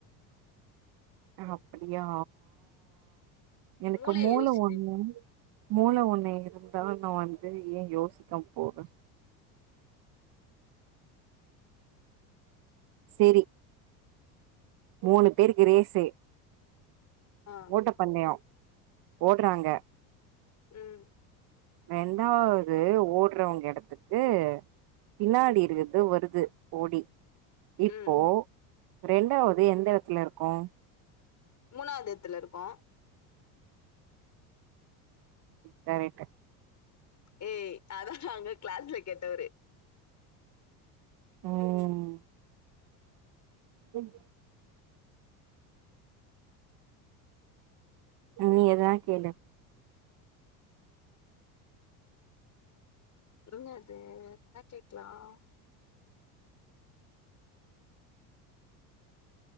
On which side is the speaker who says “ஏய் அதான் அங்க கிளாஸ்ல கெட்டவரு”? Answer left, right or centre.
Left